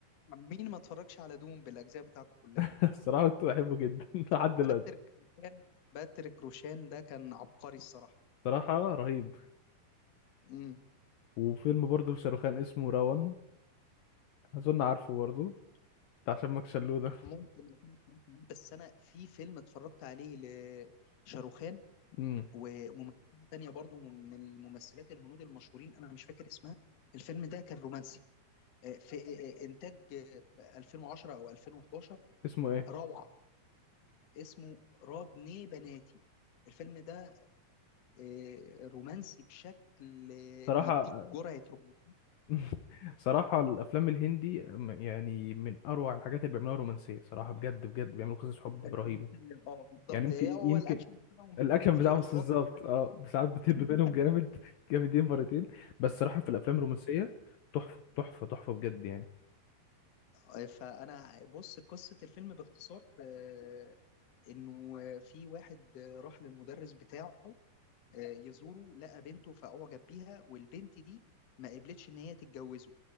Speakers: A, on the left; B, on the left.
A: مين ما اتفرجش على دوم بالاجزاء بتاعته كلها
B: <laughs> الصراحه كنت بحبه جدا <laughs>
A: ب-
B: لحد دلوقتي
A: باتريك روشان باتريك روشان ده كان عبقري الصراحه
B: صراحه رهيب
A: مم.
B: وفيلم برضه لشاروخان اسمه راون اظن عارفه برضه بتاع شمك شلو ده
A: ممكن أكون اتفرجت عليه، بس انا في فيلم اتفرجت عليه لشاروخان
B: امم
A: وممثله تانية برضو من الممثلات الهنود المشهورين انا مش فاكر اسمها الفيلم ده كان رومانسي آه، في آه، آه، انتاج آه، 2010 او 2011
B: اسمه ايه
A: روعه اسمه راب ني بناتي الفيلم ده آه، رومانسي بشكل آه،
B: صراحه
A: بيديك جرعه روم-
B: <laughs> صراحه الافلام الهندي م- يعني من اروع الحاجات اللي بيعملوها رومانسيه صراحه بجد بجد بيعملوا قصص حب
A: الرومانسيه
B: رهيبه
A: اه بالظبط
B: يعني يمكن
A: هي هو
B: يمكن
A: الاكشن بتاعهم بيكون
B: الاكشن
A: فيه
B: بتاعه مش
A: افراط
B: بالظبط
A: شوية.
B: اه ساعات بتهب
A: <laughs>
B: بينهم جامد <laughs> جامدين مرتين بس صراحه في الافلام الرومانسيه تحفه تحفه تحفه بجد يعني
A: آه، فانا بص قصه الفيلم باختصار آه، انه آه، في واحد آه، راح للمدرس بتاعه آه، يزوره لقى بنته فأعجب بيها والبنت دي ما قبلتش إن هي تتجوزه